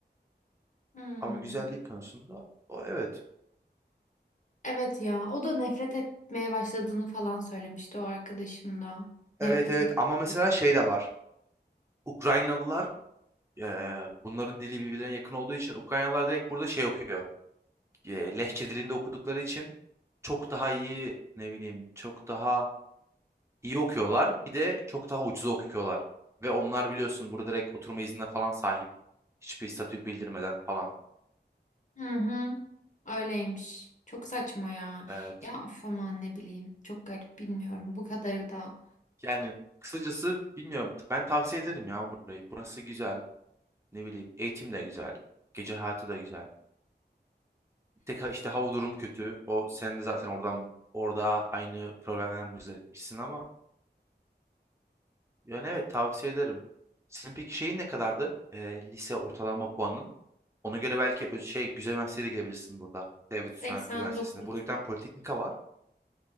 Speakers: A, on the left; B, on the right.
A: Hmm.
B: Ama güzellik konusunda o evet.
A: Evet ya o da nefret etmeye başladığını falan söylemişti o arkadaşım da. Nefret
B: Evet evet ama mesela
A: ediyorum.
B: şey de var. Ukraynalılar eee, bunların dili birbirlerine yakın olduğu için Ukraynalılar direkt burada şey okuyor. Eee, Lehçe dilinde okudukları için çok daha iyi ne bileyim çok daha iyi okuyorlar. Bir de çok daha ucuza okuyorlar. Ve onlar biliyorsun burada direkt oturma iznine falan sahip. Hiçbir statü bildirmeden falan.
A: Hı hı öyleymiş. Çok saçma ya.
B: Evet.
A: Ya of aman ne bileyim. Çok garip bilmiyorum. Bu kadarı da.
B: Yani kısacası bilmiyorum. Ben tavsiye ederim ya burayı. Burası güzel. Ne bileyim eğitim de güzel. Gece hayatı da güzel. Tek ha- işte hava durumu kötü. O sen de zaten oradan orada aynı problemden muzdaripmişsin ama yani evet tavsiye ederim. Senin peki şeyin ne kadardı? Ee, lise ortalama puanın? Ona göre belki ö- şey güzel üniversiteye de girebilirsin burada. Devlet
A: 89.
B: Üniver- Üniversitesi'nde. Burada bir tane politeknika var.